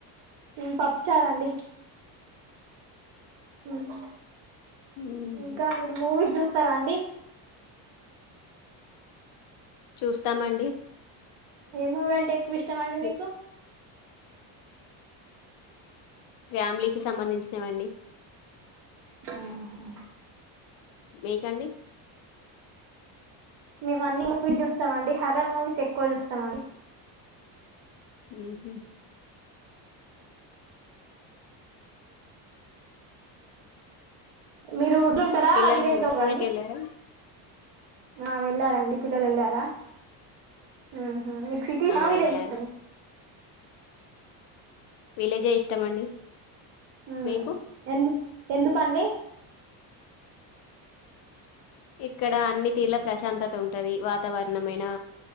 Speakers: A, on the right; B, on the left.
A: మేం పప్పుచార అండి ఉమ్
B: మ్మ్.
A: ఇంకా మీరు మూవీ చూస్ సారా అండి
B: చూస్తామండి
A: ఏమూవి అంటే ఎక్కువ ఇష్టం అండి
B: మీ
A: మీకు
B: ఫ్యామిలీకిి సంబంధించినవండి
A: ఆహా
B: మీకండి
A: మేము అన్ని మూవీస్ చూస్తామ అండి హర్రర్ మూవీస్ ఎక్కువ చూస్తామండి
B: ఉహు
A: మీరు. ఉంటారా
B: పిల్లలు
A: విలేజ్
B: వ్యూ
A: లో
B: స్కూల్
A: రండి
B: కి ఏళ్ళారా.
A: ఆ వెళ్ళారండి, పిల్లలు ఏళ్ళారా. ఆ. ఆ మిక్ సిటీసా,
B: ఆ
A: విలేజ్
B: వెళ్ళారు
A: ఇష్టమా.
B: విలేజే ఇష్టం అండి.
A: ఉమ్
B: మీకు.
A: ఎందు ఎందుకండి.
B: ఇక్కడ అన్ని తీర్ల ప్రశాంతత ఉంటది. వాతావరణమైనా,